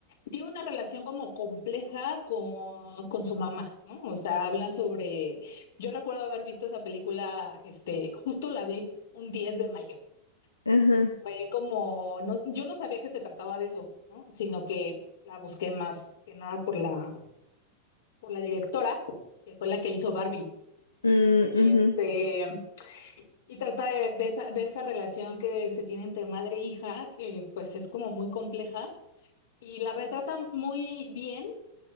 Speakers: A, on the left; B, on the left.
A: Tiene una relación como compleja con, con su mamá, ¿no? O sea, habla sobre. Yo recuerdo haber visto esa película, este, justo la vi un 10 de mayo.
B: ajá.
A: Y fue como, no, yo no sabía que se trataba de eso, ¿no? Sino que la busqué más que nada por la, por la directora, que fue la que hizo Barbie.
B: Mm,
A: Y
B: ujú.
A: este. Y trata de, de esa, de esa relación que se tiene entre madre e hija, que pues es como muy compleja, y la retrata muy bien,